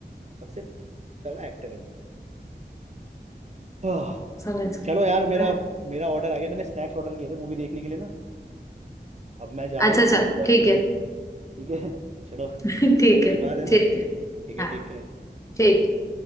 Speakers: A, on the right; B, on the left.
A: सबसे तगड़ा एक्टर है वो आह,
B: समझ गई
A: चलो यार मेरा मेरा ऑर्डर आ गया मैंने स्नैक्स ऑर्डर किए थे मूवी देखने के लिए ना अब मैं जा रहा
B: अच्छा
A: हूँ
B: अच्छा
A: तुम वॉच
B: ठीक
A: कर
B: है
A: दें ठीक है चलो करते
B: <laughs> ठीक है
A: हैं बाद है ना
B: ठीक है
A: ठीक है
B: हाँ
A: टेक केयर
B: ठीक है।